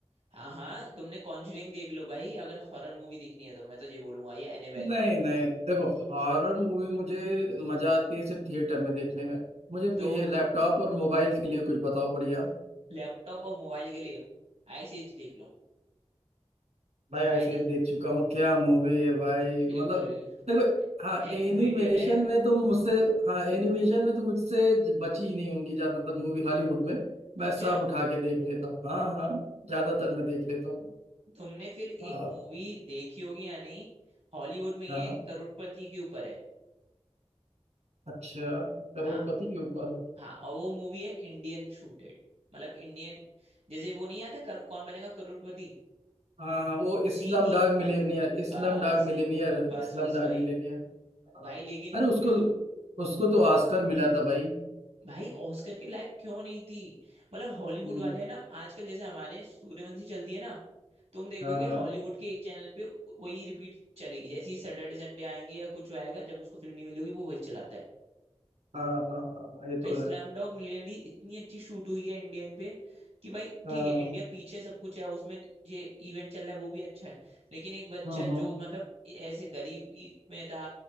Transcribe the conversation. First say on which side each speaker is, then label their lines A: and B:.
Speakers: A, on the right (about 70°); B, on the right (about 85°).
A: हाँ हाँ तुमने कॉन्जरिंग देख लो भाई अगर हॉरर मूवी देखनी है तो मैं तो ये बोलूंगा ये एनेबेल
B: नहीं नहीं देखो हॉरर मूवी मुझे मजा आती है सिर्फ थिएटर में देखने में मुझे
A: तो
B: ये लैपटॉप और मोबाइल के लिए कुछ बताओ बढ़िया
A: लैपटॉप और मोबाइल के लिए आई सीरीज देख लो
B: भाई आइसक्रीम
A: एनी
B: देख चुका हूँ क्या मूवी है भाई मतलब
A: बिल्कुल बिल्कुल
B: देखो हाँ
A: एनिमेटेड
B: एनिमेशन
A: है
B: में तो मुझसे हाँ एनिमेशन में तो मुझसे ज- बची ही नहीं होंगी ज्यादातर मूवी हॉलीवुड में मैं
A: अच्छा
B: सब उठा के देख लेता हूँ हाँ हाँ ज्यादातर मैं देख लेता हूँ
A: तुमने फिर एक
B: हाँ
A: मूवी देखी होगी या नहीं हॉलीवुड में ये
B: हाँ हाँ।
A: करोड़पति के ऊपर है
B: अच्छा करोड़पति
A: हाँ
B: के ऊपर है
A: हाँ और वो मूवी है इंडियन शूटेड मतलब इंडियन जैसे वो नहीं आता करो- कौन बनेगा करोड़पति
B: हाँ हाँ वो
A: उसी
B: इस्लाम
A: की
B: डाग
A: है
B: मिलेनियर इस्लाम
A: बस
B: डाग मिलेनियर
A: बस
B: इस्लाम
A: बस
B: डाग
A: भाई
B: मिलेनियर हाँ।
A: भाई लेकिन
B: अरे उसको
A: मैं
B: उसको तो ऑस्कर मिला था भाई
A: भाई ऑस्कर के लायक क्यों नहीं थी मतलब हॉलीवुड
B: हम्म,
A: वाले है ना आजकल जैसे हमारे यहाँ सूर्यवंशी चलती है ना तुम देखोगे
B: हाँ हाँ
A: हॉलीवुड के एक चैनल पे वही रिपीट चलेगी जैसे ही सैटरडे संडे आएंगे या कुछ आएगा जब उसको फिल्म नहीं मिलेगी वो वही चलाता है
B: हाँ हाँ हाँ हाँ, ये तो
A: भाई स्लमडॉग
B: है
A: मिलियनेयर इतनी अच्छी शूट हुई है इंडियन पे कि भाई
B: हाँ
A: ठीक है इंडिया पीछे सब कुछ है उसमें ये इवेंट चल रहा है वो भी अच्छा है लेकिन एक बच्चा
B: हाँ हाँ
A: जो मतलब ऐसे गरीबी में था